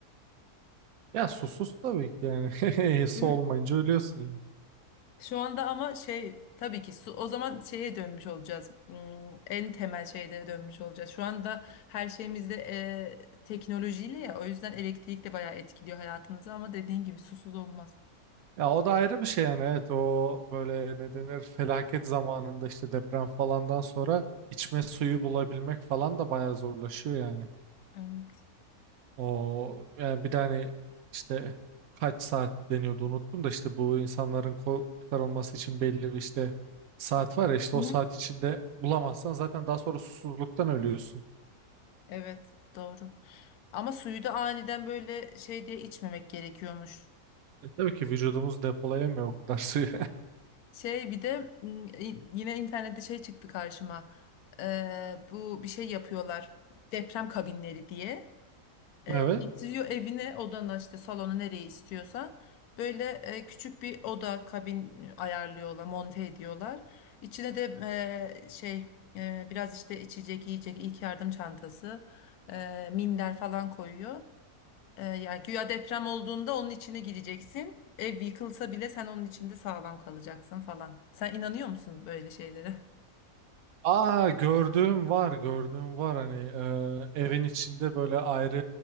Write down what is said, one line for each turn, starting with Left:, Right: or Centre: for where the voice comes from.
Right: Ya susuz tabii ki yani. <laughs> Su
Left: <laughs>
Right: olmayınca ölüyorsun.
Left: Şu anda ama şey tabii ki su, o zaman şeye dönmüş olacağız. Hmm, En temel şeylere dönmüş olacağız. Şu anda her şeyimizde e, teknolojiyle ya o yüzden elektrik de bayağı etkiliyor hayatımızı ama dediğin gibi susuz olmaz.
Right: Ya o da ayrı bir şey yani evet o böyle ne denir felaket zamanında işte deprem falandan sonra içme suyu bulabilmek falan da bayağı zorlaşıyor yani.
Left: Evet.
Right: O yani bir de hani işte kaç saat deniyordu unuttum da işte bu insanların ko- kurtarılması için belli bir işte saat var ya işte
Left: Hı
Right: o
Left: hı.
Right: saat içinde bulamazsan zaten daha sonra susuzluktan ölüyorsun.
Left: Evet doğru. Ama suyu da aniden böyle şey diye içmemek gerekiyormuş.
Right: E, tabii ki vücudumuz depolayamıyor o kadar suyu.
Left: Şey bir de mm, i- yine internette şey çıktı karşıma. Ee, bu bir şey yapıyorlar. Deprem kabinleri diye. E,
Right: <laughs> Evet.
Left: getiriyor evine odana işte salona nereye istiyorsan. Böyle e, küçük bir oda kabin ayarlıyorlar, monte ediyorlar. İçine de e, şey e, biraz işte içecek, yiyecek, ilk yardım çantası, e, minder falan koyuyor. E, yani güya deprem olduğunda onun içine gireceksin. Ev yıkılsa bile sen onun içinde sağlam kalacaksın falan. Sen inanıyor musun böyle şeylere? <laughs>
Right: Aa gördüğüm var gördüğüm var hani e, evin içinde böyle ayrı